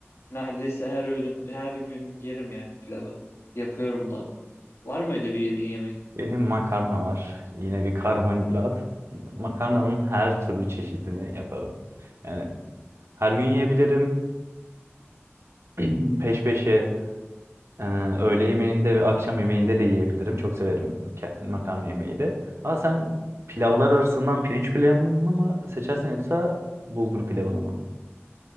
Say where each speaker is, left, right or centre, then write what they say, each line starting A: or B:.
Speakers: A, on the left; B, on the right.
A: neredeyse her öğünüm her gün yerim yani pilavı. Yapıyorum da. Var mı öyle bir yediğin yemek?
B: Benim makarna var. Yine bir karbonhidrat. Makarnanın her türlü çeşidini yaparım. Yani her gün yiyebilirim. <clears throat> Peş peşe e, öğle yemeğinde ve akşam yemeğinde de yiyebilirim. Çok severim ke- makarna yemeği de. Ama sen pilavlar arasından pirinç pilavını mı seçersin yoksa bulgur pilavını mı?